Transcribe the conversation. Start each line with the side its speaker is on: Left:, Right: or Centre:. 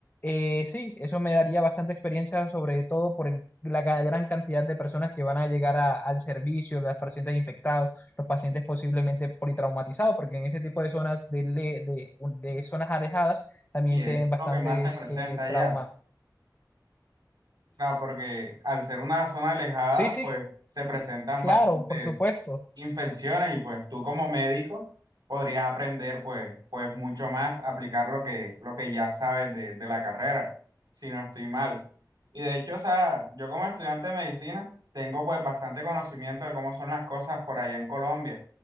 Left: Eh, sí, eso me daría bastante experiencia, sobre todo por el- la ga- gran cantidad de personas que van a llegar a- al servicio, los pacientes infectados, los pacientes posiblemente politraumatizados, porque en ese tipo de zonas de, le- de, de zonas alejadas también
Right: ¿Y es
Left: se ven bastantes
Right: lo que más se presenta
Left: eh,
Right: allá?
Left: traumatismos.
Right: Ah, porque al ser una zona alejada,
Left: Sí, sí,
Right: pues se presentan
Left: claro,
Right: bastantes
Left: por supuesto.
Right: infecciones y pues tú como médico podrías aprender pues, pues mucho más, aplicar lo que, lo que ya sabes de, de la carrera, si no estoy mal. Y de hecho, o sea, yo como estudiante de medicina tengo pues bastante conocimiento de cómo son las cosas por allá en Colombia.